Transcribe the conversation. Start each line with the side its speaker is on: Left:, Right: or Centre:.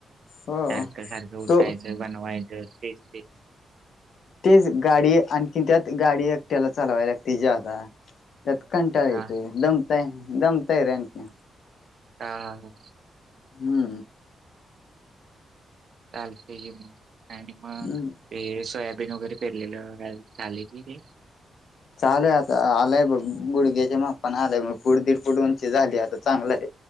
Left: हो
Right: सारखं सारखं उठायचं
Left: तो
Right: बनवायचं तेच तेच
Left: तेच गाडी आणखी त्यात गाडी एकट्याला चालवायला लागते ज्यादा. त्यात् कंटाळा
Right: हा
Left: येतोय दमतय दमतय रे अंक्य.
Right: हा हा हा.
Left: <unintelligible>
Right: चालतंय की मग, आणि मग?
Left: हम्म.
Right: ते सोयाबीन वगैरे पेरलेलं, झाले की ते
Left: चालूय आता. आलाय बघ, गुडघ्याच्या मापान आलाय मग. फुड, दीड फुड उंची झाली, आता चांगलं आहे.